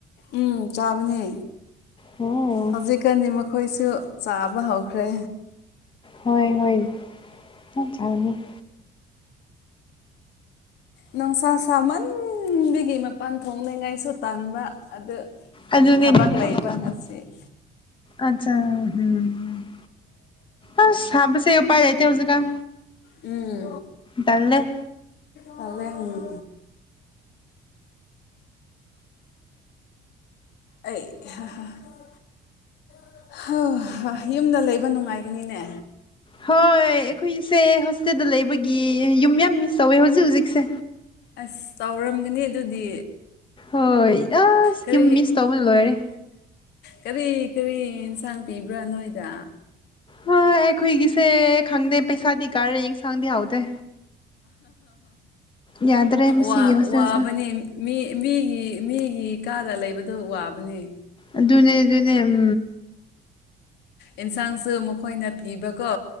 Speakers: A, on the left; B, on the left.
A: ꯎꯝ ꯆꯥꯕꯅꯦ
B: ꯎꯝ
A: ꯍꯧꯖꯤꯛꯀꯥꯟꯗꯤ ꯃꯈꯣꯏꯁꯨ ꯆꯥꯕ ꯍꯧꯈ꯭ꯔꯦ
B: ꯍꯣꯏ ꯍꯣꯏ ꯆ <unintelligible>
A: ꯅꯨꯡꯁꯥ ꯁꯥꯃꯟꯕꯒꯤ ꯃꯄꯥꯟ ꯊꯣꯛꯅꯉꯥꯏꯁꯨ ꯇꯥꯟꯕ ꯑꯗꯨ
B: ꯑꯗꯨꯅꯦ
A: ꯊꯕꯛ
B: <unintelligible>
A: ꯂꯩꯕ ꯉꯁꯤ
B: ꯑꯆꯥ ꯎꯝ ꯑꯁ ꯁꯥꯕꯁꯦ ꯎꯄꯥꯥꯏ ꯂꯩꯇꯦ ꯍꯧꯖꯤꯛꯀꯥꯟ
A: ꯎꯝ
B: ꯇꯥꯜꯂꯦ
A: ꯇꯥꯜꯂꯦ ꯎꯝ ꯑꯩ <unintelligible> <unintelligible> ꯌꯨꯝꯗ ꯂꯩꯕ ꯅꯨꯡꯉꯥꯏꯒꯅꯤꯅꯦ
B: ꯍꯣꯏ ꯑꯩꯈꯣꯏꯁꯦ ꯍꯣꯁꯇꯦꯜꯗ ꯂꯩꯕꯒꯤ ꯌꯨꯝ ꯌꯥꯝ ꯃꯤꯁ ꯇꯧꯋꯦ ꯍꯧꯖꯤꯛ ꯍꯧꯖꯤꯛꯁꯦ
A: ꯑꯁ ꯇꯧꯔꯝꯒꯅꯤ ꯑꯗꯨꯗꯤ
B: ꯍꯣꯏ ꯑꯁ
A: ꯀꯔꯤ
B: ꯌꯨꯝ ꯃꯤꯁ ꯇꯧꯕꯅ ꯂꯣꯏꯔꯦ
A: ꯀꯔꯤ ꯀꯔꯤ ꯑꯦꯟꯁꯥꯡ ꯄꯤꯕ꯭ꯔꯥ ꯅꯣꯏꯗ
B: ꯍꯥ ꯑꯈꯣꯏꯒꯤꯁꯦ ꯈꯪꯗꯦ ꯄꯩꯁꯥꯗꯤ ꯀꯔꯦ ꯌꯦꯟ ꯁꯥꯡꯗꯤ ꯍꯧꯎꯇꯦ ꯌꯥꯗ꯭ꯔꯦ ꯃꯁꯤꯒꯤ
A: ꯋꯥ
B: ꯍꯣꯁꯇꯦꯜꯁꯦ
A: ꯋꯥꯕꯅꯦ ꯃꯤ ꯃꯤꯒꯤ ꯃꯤꯒꯤ ꯀꯥꯗ ꯂꯩꯕꯗꯣ ꯋꯥꯕꯅꯦ
B: ꯑꯗꯨꯅꯦ ꯑꯗꯨꯅꯦ ꯎꯝ
A: ꯑꯦꯟꯁꯥꯡꯁꯨ ꯃꯈꯣꯏꯅ ꯄꯤꯕꯀꯣ